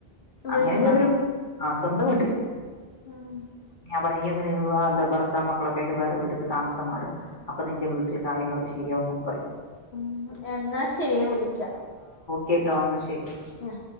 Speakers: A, on the left (about 50°); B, on the left (about 80°).
A: അങ്ങനെ
B: വീട്ടിലാ
A: ഇള്ളവരു ആഹ് സ്വന്തം വീട്ടില
B: ഉം
A: പൊണങ്ങീ അന്ന് <unintelligible> എന്താ ഭർത്താവും മക്കളൊക്കെ ആയിട്ട് വേറെ വീട്ടിക്ക് താമസം മാറഹ് അപ്പം നിന്റെ വീട്ടില് കാര്യങ്ങളൊക്കെ ശരിയാവ ന്നൊക്കെ പറിം
B: ഉം എന്നാ ശെര്യേ <unintelligible> വിളിക്ക
A: കെട്ടോ എന്നാ ശെരി
B: ആഹ്